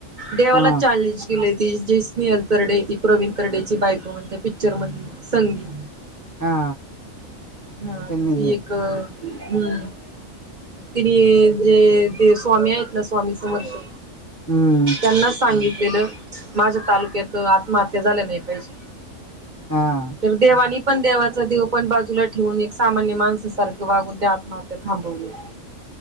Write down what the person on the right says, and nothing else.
देवाला
चॅलेंज केले ती जी स्नेहल तरडे ती प्रवीण तरडेची बायको म्हणते पिक्चर मधली संगीत
हा
ती एक हम्म मग तिने जे स्वामी आहेत ना स्वामी समरत
त्यांनाच सांगितलेलं माझ्या तालुक्यात आत्महत्या झाल्या नाही पाहिजे
तर देवानी पण देवाचा देव पण बाजूला ठेवून एक सामान्य माणसासारखं वागून ते आत्महत्या थांबवली <inaudible>